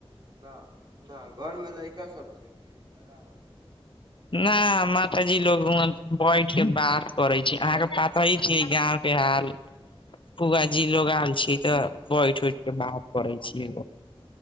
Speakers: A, on the right (about 45°); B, on the left (about 55°).
A: न -न- घरमे लइका सब छैय की बड़ा आवाज करेय छैय।
B: न माताजी लोग व बैठ के बात करैय छैय। अहाके पापा इ <unintelligible> ठीक वां के हाल-
A: <inaudible>
B: फुआ जी लोग आल छैय
A: हूँ
B: तऽ
A: हूँ
B: बैठ उठ के बात करे छी।